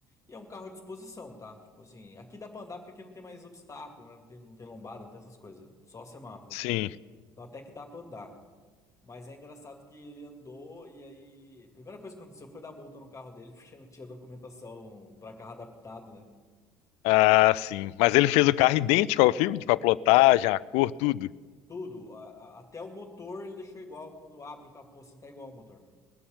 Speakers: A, on the left; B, on the left.
A: E é um carro de exposição, tá? Tipo assim, aqui dá pra andar porque aqui não tem mais obstáculo, né? Não tem, não tem lombada, não tem essas coisas. Só semáforo.
B: sim.
A: Então até que dá pra andar. Mas é engraçado que ele andou e aí. A primeira coisa que aconteceu foi dar multa no carro dele, <laughs> porque não tinha documentação pra carro adaptado, né?
B: Ah, sim. Mas ele fez o carro idêntico ao filme, tipo a plotagem, a cor, tudo.
A: Tudo. a- a- até o motor ele deixou igual. Quando abre o capô, assim, tá igual o motor.